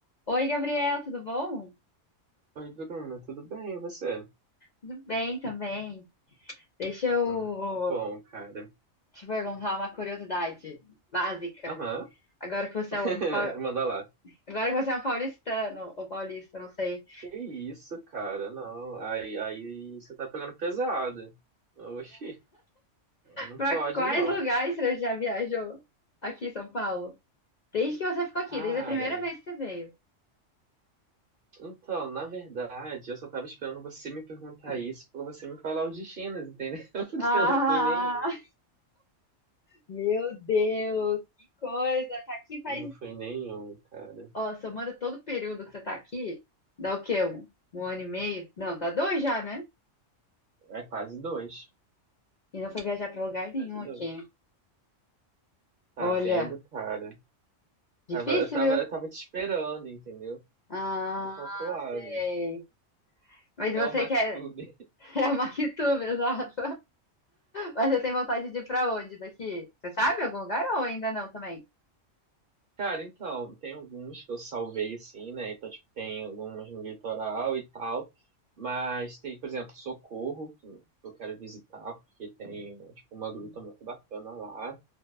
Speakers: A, on the left; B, on the right.
A: Oi, Gabriel, tudo bom?
B: Oi, Bruno, tudo bem, e você?
A: Tudo bem também. Deixa eu
B: Ah, que bom, cara.
A: te perguntar uma curiosidade básica.
B: Aham,
A: Agora que você
B: <laughs>
A: é um, pau-
B: manda lá.
A: agora que você é um paulistano, ou paulista, não sei.
B: Que isso, cara, não, aí, aí você tá pegando pesado. Oxi, não
A: Para
B: pode,
A: <laughs> quais
B: não.
A: lugares você já viajou aqui em São Paulo? Desde que você ficou aqui,
B: Cara,
A: desde a primeira vez que você veio.
B: então, na verdade, eu só tava esperando você me perguntar isso pra você me falar os destinos, entendeu? <laughs> Porque
A: Ah,
B: eu não fui nenhum.
A: meu Deus, que coisa! Tá aqui faz.
B: Não fui nenhum, cara.
A: Ó, somando todo o período que você tá aqui, dá o quê? Um, um ano e meio? Não, dá dois já, né?
B: É quase dois,
A: E não foi viajar pra lugar nenhum
B: quase dois.
A: aqui.
B: Tá
A: Olha,
B: vendo, cara? Tava,
A: difícil,
B: eu tava,
A: viu?
B: eu tava te esperando, entendeu?
A: Ah,
B: Tudo calculado.
A: não sei. Mas
B: É
A: você
B: o MacTube.
A: quer
B: <laughs>
A: <laughs> é a Maquituba, exato. Mas você tem vontade de ir pra onde daqui? Você sabe algum lugar ou ainda não também?
B: Cara, então, tem alguns que eu salvei, assim, né? Então, tipo, tem alguns no litoral e tal. Mas tem, por exemplo, Socorro, que eu quero visitar, porque tem, né, tipo, uma gruta muito bacana lá.